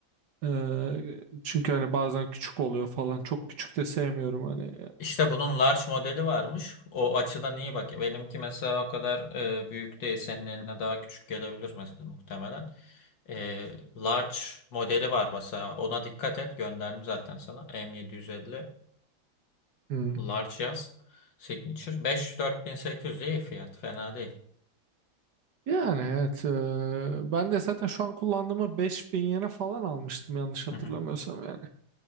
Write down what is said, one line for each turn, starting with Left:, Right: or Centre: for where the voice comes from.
Right: Ee, çünkü hani bazen küçük oluyor falan çok küçük de sevmiyorum hani
Left: İşte bunun large modeli varmış. O açıdan iyi bak. Benimki mesela o kadar e, büyük değil. Senin eline daha küçük gelebilir mesela muhtemelen. E, large modeli var mesela. Ona dikkat et. Gönderdim zaten sana. M750
Right: Hmm.
Left: large yaz. Signature. 54800 iyi fiyat. Fena değil.
Right: Yani evet e, ben de zaten şu an kullandığımı 5000 yene falan almıştım yanlış hatırlamıyorsam
Left: Hı hı.
Right: yani.